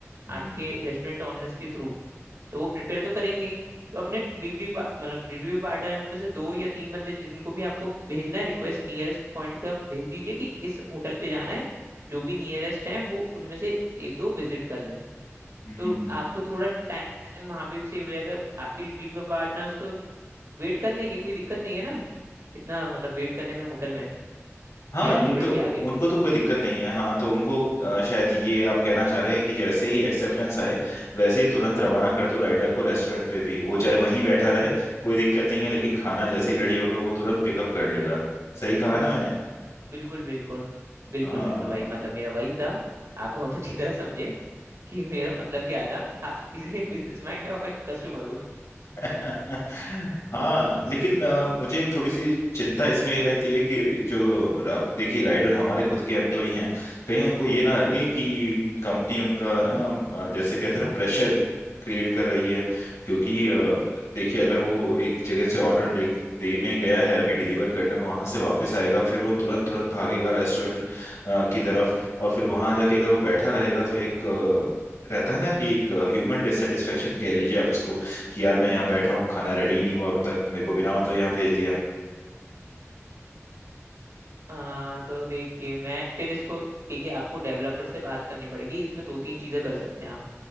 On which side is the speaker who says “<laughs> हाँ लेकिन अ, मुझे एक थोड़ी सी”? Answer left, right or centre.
Left